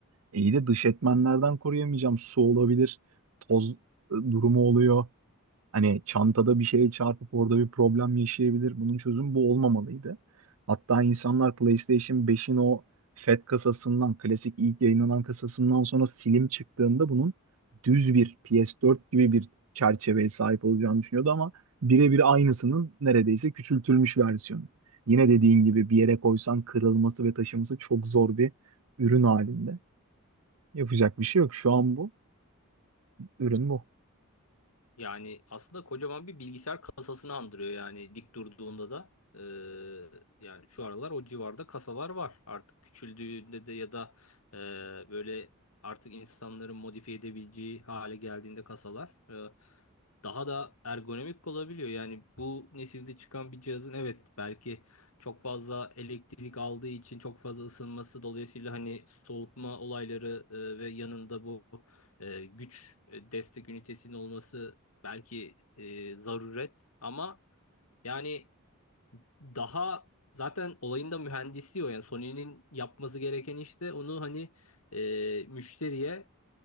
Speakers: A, on the right; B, on the left.
A: İyi de dış etmenlerden koruyamayacağım. Su olabilir, toz e, durumu oluyor. Hani çantada bir şeye çarpıp orada bir problem yaşayabilir. Bunun çözümü bu olmamalıydı. Hatta insanlar PlayStation 5'in o FAT kasasından, klasik ilk yayınlanan kasasından sonra Slim çıktığında bunun düz bir PS4 gibi bir çerçeveye sahip olacağını düşünüyordu ama birebir aynısının neredeyse küçültülmüş versiyonu. Yine dediğin gibi bir yere koysan kırılması ve taşıması çok zor bir ürün halinde. Yapacak bir şey yok. Şu an bu ürün bu.
B: Yani aslında kocaman bir bilgisayar kasasını andırıyor yani dik durduğunda da. Ee, yani şu aralar o civarda kasalar var. Artık küçüldüğünde de ya da e, böyle artık insanların modifiye edebileceği hale geldiğinde kasalar e, daha da ergonomik olabiliyor. Yani bu nesilde çıkan bir cihazın evet belki çok fazla elektrik aldığı için çok fazla ısınması dolayısıyla hani soğutma olayları e, ve yanında bu e, güç e, destek ünitesinin olması Belki e, zaruret ama yani daha zaten olayın da mühendisi o. Yani Sony'nin yapması gereken işte onu hani e, müşteriye